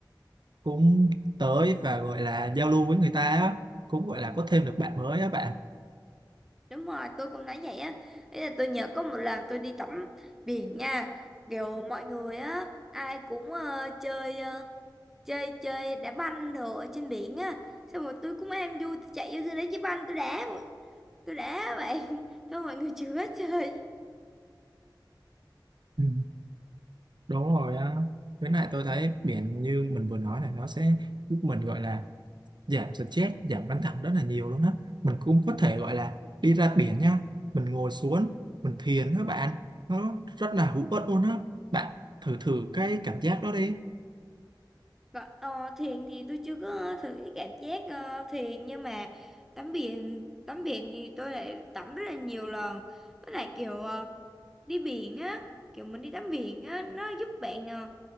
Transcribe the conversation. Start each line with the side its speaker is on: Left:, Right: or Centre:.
Right: cũng tới và gọi là giao lưu với người ta á cũng gọi là có thêm được bạn mới á bạn
Centre: Đúng rồi, tôi cũng nói vậy á. Ý là tôi nhớ có một lần tôi đi tắm biển nha, kiểu mọi người á ai cũng ờ, chơi ờ, chơi chơi đá banh đồ ở trên biển á xong rồi tôi cũng em vui tôi chạy vô tôi lấy cái banh tôi đá tôi đá bạn <laughs> xong mọi người chưa hết chơi
Right: Ừ. Đúng rồi á. Với lại tôi thấy biển như mình vừa nói là nó sẽ giúp mình gọi là giảm stress, giảm căng thẳng rất là nhiều luôn á. Mình cũng có thể gọi là đi ra biển nha, mình ngồi xuống, mình thiền đó bạn. Nó rất là hữu ích luôn á. Bạn thử thử cái cảm giác đó đi.
Centre: Còn, ờ, thuyền thì tôi chưa có thử cái cảm giác ờ, thuyền nhưng mà tắm biển tắm biển thì tôi lại tắm rất là nhiều lần với lại kiểu ờ, đi biển á kiểu mình đi tắm biển á nó giúp bạn ờ,